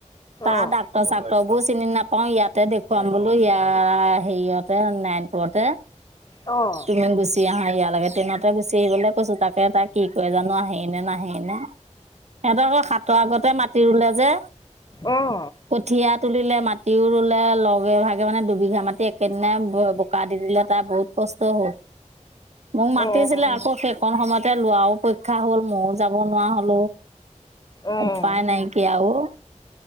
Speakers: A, on the right (about 65°); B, on the left (about 35°).
A: তাৰ
B: অঁ
A: ডাক ৰ-চাক্তৰবোৰ চিনি নাপাওঁ ইয়াতে দেখুৱাম বোলো ইয়াৰ হেৰিয়তে নাই পতে
B: অ',
A: তুমিম গুচি আহা ইয়া লাগে ট্ৰেইনতে গুচি আহিবলে কৈছো তাকে তাই কি কৰে জানো আহেই না নাহেইনে সিহঁতৰ আকৌ সাতৰ আগতে মাতি ৰুলে যে
B: অঁ
A: কঠীয়া তুলিলে মাটিও ৰুলে লগে ভাগে মানে দুবিঘা মাটি একেদিনাই বোকা দি দিলে তাৰ বহুত কষ্ট হো মোক মাতিছিলে
B: অঁ অঁ
A: আকৌ শেষ কণ সময়তে লোৱাও পৰীক্ষা হ'ল মওঁ যাব নোৱাৰা হলোঁ
B: অঁ
A: উপায় নাইকিয়া অ'।